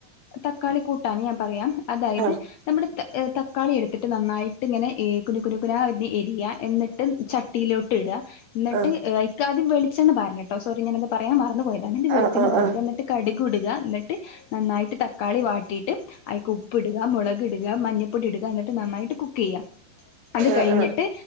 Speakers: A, on the left (about 70°); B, on the right (about 65°).
A: തക്കാളി കൂട്ടാണ് ഞാൻ പറയാം അതായത്
B: ആഹ്
A: നമ്മ്ടെ തക്കാളി എടുത്തിട്ട് നന്നായി് ഇട്ടിങ്ങനെ എഹ് കുനുകുനുകുനാ എരിയ എന്നിട്ട് ചട്ടിയിലോട്ട് ഇഡാ എന്നിട്ട്
B: ആഹ്
A: എിക്ക ആദ്യം വിളിച്ചാണ്ണപറഞ്ഞ് കേട്ടോ സോറി ഞാനത് പറയാൻ മറന്ന് പോയ <unintelligible> വിളിച്ച
B: ആഹ് ആഹ്
A: പാരി
B: ആഹ്
A: എന്നിട്ട് കടുക് ടുക് ഇടുക എന്നിട്ട് നായിട്ട് തക്കാളി വാട്ടീട്ട് അയിക്ക് ഉപ്പിടുക, മുളകിടുക മഞ്ഞപ്പൊടി ഇടുക, മഞ്ഞപ്പൊടി ഇടുക എന്നിട്ട് നന്നായിട്ട് കുക്ക് ചെയ്യാം, അത് കഴിഞ്ഞിട്ട്
B: ആഹ് ആഹ്